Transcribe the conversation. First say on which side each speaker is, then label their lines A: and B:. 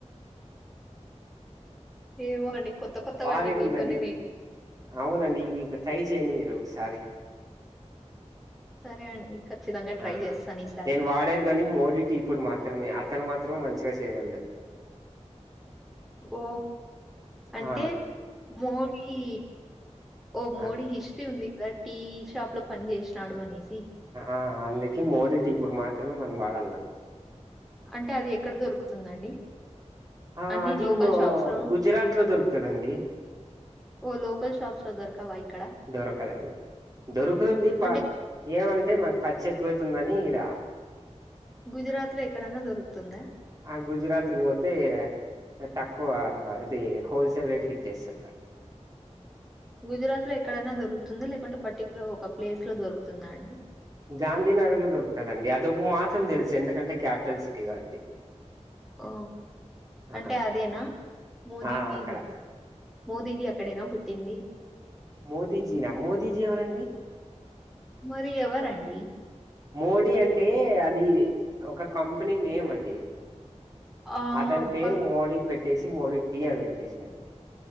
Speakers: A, in the centre; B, on the right.
A: ఏమో అండి కొత్ త్త కొత్తవన్నీ
B: భారీగుందండి
A: మీతోనే
B: అవునండి ఇది ఒక ట్రై చేయండి మీరు ఒకసారి
A: సరే అండి ఖచ్చితంగా ట్రై
B: ఆ
A: చేస్తాను ఈసారి
B: నేను వాడేది కానీ మోడీటి పొడి మాత్రమే తను మాత్రమే మంచిగా చేయగలడ్
A: ఓ అంటే
B: ఆ
A: మోది ఓ మోది
B: ఆ
A: హిస్టరీ ఉంది గ టీ షాప్ లో పని చేసినాడు అనేసి
B: ఆ అందుకి మోడి టి పొడి మాత్రమే మనం వాడాళ్ళ
A: అంటే అది ఎక్కడ దొరుకుతుందండి
B: ఆ
A: అన్ని
B: అది
A: లోకల్
B: మో
A: షాప్స్ లోను
B: గుజరాత్ లో దొరుకుతదండి
A: ఓ లోకల్ షాప్స్ దోరకా వాయిట్
B: దొరకదండి దొరుకుతుంది ప
A: అంటే
B: ఏమంటే కట్ కచ్రు ఎక్కువైతుందని ఈడ
A: గుజరాత్‌లో ఎక్కడన్నా దొరుకుతుందా?
B: ఆ గుజరాత్కు పోతే తక్కువ ఇది హోల్సేల్ రేట్కూ ఇచ్చేస్సారు
A: గుజరాత్ లో ఎక్కడనా దొరుకుతుందా లేకుంటే పర్టికులర్ ఒక ప్లేస్ లో దొరుకుతుందా అండి
B: గాంధీనగర్ లో దొరుకుతదండి అది ఒక మాత్రం తెలుసు ఎందుకంటే క్యాపిటల్ సిటీ కాబట్టి
A: ఓ
B: ఆ
A: అంటే అదేనా మోదీజీ
B: ఆ అక్కడ
A: మోదీజీ అ ఇక్కడేనా పుట్టింది
B: మోదీజీన మోదీజీ ఎవరండి
A: మరి ఎవరండి
B: మోడీ అంటే అది ఒక కంపెనీ నేమ్ అండి
A: ఆ!
B: అతని
A: అబ్బా!
B: పేరు మోడీకి పెట్టేసి మోడీ టీ అని పెట్టేశారు